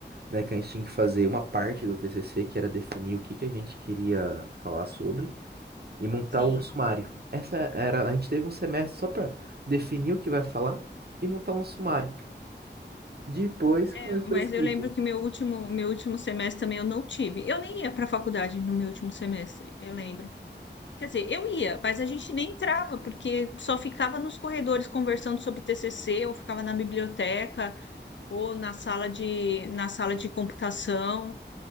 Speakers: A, on the right; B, on the left.
A: né? Que a gente tinha que fazer uma parte do TCC, que era definir o que que a gente queria falar sobre e montar
B: sim.
A: o sumário. Essa era, a gente teve um semestre só para definir o que vai falar e montar um sumário. Depois
B: É,
A: começou
B: mas
A: a escrita.
B: eu lembro que meu último, meu último semestre também eu não tive. Eu nem ia para a faculdade no meu último semestre, eu lembro. Quer dizer, eu ia, mas a gente nem entrava, porque só ficava nos corredores conversando sobre TCC, ou ficava na biblioteca, ou na sala de, na sala de computação,